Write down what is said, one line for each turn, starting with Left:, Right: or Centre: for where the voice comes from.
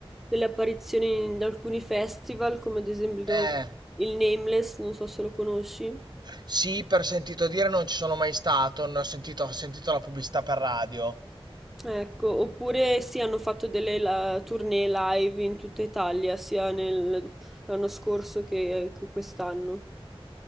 Centre: delle apparizioni in alcuni festival, come ad esempio
Right: Eh.
Centre: il Nameless, non so se lo conosci.
Right: Sì, per sentito dire non ci sono mai stato, ne ho sentito, ho sentito la pubblicità per radio.
Centre: Ecco, oppure sì, hanno fatto delle la- tournée live in tutta Italia, sia nel- l'anno scorso che che quest'anno.